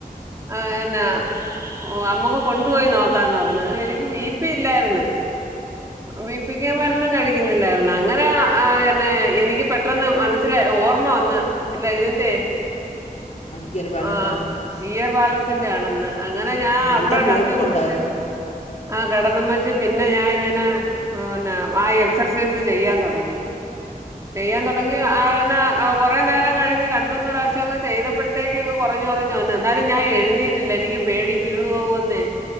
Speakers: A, on the right (about 20°); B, on the left (about 50°).
A: ആയന്നാ ഞമ്മക്ക് കൊണ്ടുപോയി നോക്കാന്ന് പറഞ്ഞു അന്നേരം എനി ക്ക് ബ പി ഇല്ലായിര്ന്ന് ബി പ്പിക്ക് ഞാൻ മര്ന്നും കഴിക്ക്ന്നില്ലായിര്ന്ന് അങ്ങന പിന്നെ എനിക്ക് പെട്ടെന്ന് മനസ്സില് ഓർമ്മ വന്ന് അല്ല ഇതിന്റെ
B: ഗിയർ ബാലൻസ്
A: ആഹ്
B: ആണെന്ന്
A: ഇയർ ബാലൻസിന്റെ ആണെന്ന് അങ്ങനെ ഞാൻ അവടെ
B: എന്റെ മോക്കും
A: രണ്ട് മിനിറ്റ്
B: ഉണ്ടായിരുന്നു
A: ആഹ് കെടന്നും വെച്ച് പിന്നെ ഞാ ഇങ്ങനെ പിന്നെ വായ് എക്സർസൈസ് ചെയ്യാൻ തൊടങ്ങി ചെയ്യാൻ തൊ തൊടങ്ങി ആയേരം കൊറേ നേരം കഴിഞ്ഞ് രണ്ടൂന്ന് പ്രാവശ്യോക്കെ ചെയ്തപ്പഴത്തേക്കും അങ്ങ് - കൊറഞ്ഞു കൊറഞ്ഞു വന്ന് ന്നാലും ഞാഎഴ്തി റ്റില്ല എനിക്ക് പേടി വീണു പോവോന്നേ